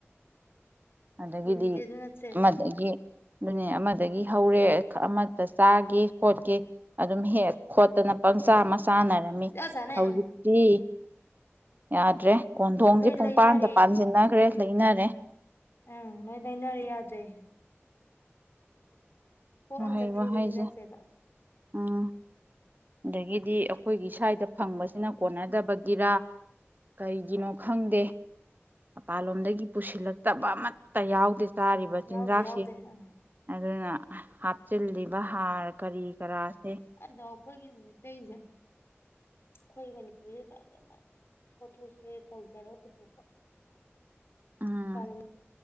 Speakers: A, on the right; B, on the left.
A: ꯑꯗꯒꯤꯗꯤ
B: ꯍꯧꯖꯤꯛꯇꯤ ꯑꯗꯨ ꯅꯠꯇ꯭ꯔꯦꯕ
A: ꯑꯃꯗꯒꯤ ꯑꯗꯨꯅꯦ ꯑꯃꯗꯒꯤ ꯍꯧꯔꯦ ꯑꯃꯠꯇ ꯆꯥꯒꯦ ꯈꯣꯠꯀꯦ ꯑꯗꯨꯝ ꯍꯦꯛ ꯈꯣꯠꯇꯅ ꯄꯪꯆꯥ ꯑꯃ ꯆꯥꯟꯅꯔꯝꯃꯤ
B: ꯏꯆꯥ ꯆꯥꯅꯩ
A: ꯍꯧꯖꯤꯛꯇꯤ
B: ꯑꯪ
A: ꯌꯥꯗ꯭ꯔꯦ ꯀꯣꯟꯊꯣꯡꯁꯦ
B: ꯂꯣꯏ
A: ꯄꯨꯡꯄꯥꯟꯗ
B: ꯂꯩꯅꯔꯦ
A: ꯄꯥꯟꯁꯤꯟꯅꯈ꯭ꯔꯦ ꯂꯩꯅꯔꯦ
B: ꯑꯪ ꯅꯣꯏ ꯅꯩꯅꯔ ꯌꯥꯗꯦ ꯍꯣ
A: ꯋꯥꯍꯩ
B: ꯑꯝꯇ ꯐ꯭ꯔꯤꯗ
A: ꯋꯥꯍꯩꯁꯦ
B: ꯄꯤꯅꯁꯦꯕ
A: ꯎꯝ ꯑꯗꯒꯤꯗꯤ ꯑꯩꯈꯣꯏꯒꯤ ꯁ꯭ꯋꯥꯏꯗ ꯐꯪꯕꯁꯤꯅ ꯑꯝ ꯑꯗꯒꯤꯗꯤ ꯑꯈꯣꯏꯒꯤ ꯁꯨꯋꯥꯏꯗ ꯐꯪꯕꯁꯤꯅꯥ ꯀꯣꯟꯅꯗꯕꯒꯤꯔ ꯀꯔꯤꯒꯤꯅꯣ ꯈꯪꯗꯦ ꯃꯄꯥꯟꯂꯣꯝꯗꯒꯤ ꯄꯨꯁꯤꯜꯂꯛꯇꯕ ꯑꯃꯠꯇ ꯌꯥꯎꯗꯦ ꯆꯥꯔꯤꯕ ꯆꯤꯟꯖꯥꯛꯁꯤ
B: ꯌꯥꯎꯗ ꯌꯥꯎꯗ ꯍꯥꯏ
A: ꯑꯗꯨꯅ ꯍꯥꯞꯆꯤꯜꯂꯤꯕ ꯍꯥꯔ ꯀꯔꯤ ꯀꯔꯥꯁꯦ
B: ꯑꯗꯣ ꯑꯩꯈꯣꯏꯒꯤ ꯃꯇꯩꯁꯦ ꯑꯩꯈꯣꯏ ꯃꯅꯤꯄꯨꯁꯦ ꯐꯖꯅ ꯄꯣꯠꯊꯣꯛꯁꯦ ꯇꯧꯖꯔꯒ ꯄꯨꯊꯣꯛꯄ
A: ꯎꯝ
B: ꯄꯂ